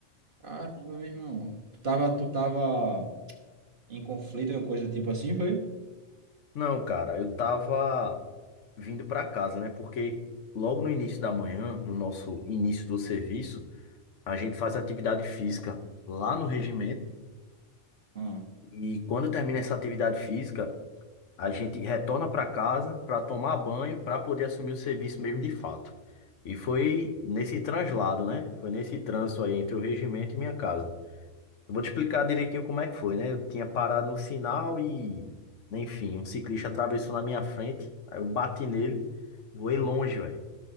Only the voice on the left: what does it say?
Não, cara, eu tava vindo pra casa, né? Porque logo no início da manhã, no nosso início do serviço, a gente faz atividade física lá no regimento.
E quando termina essa atividade física, a gente retorna pra casa pra tomar banho, pra poder assumir o serviço mesmo de fato. E foi nesse translado, né? Foi nesse trânsito aí entre o regimento e minha casa. Eu Vou te explicar direitinho como é que foi, né? Eu tinha parado no sinal e, enfim, um ciclista atravessou na minha frente. Aí eu bati nele, voei longe, velho.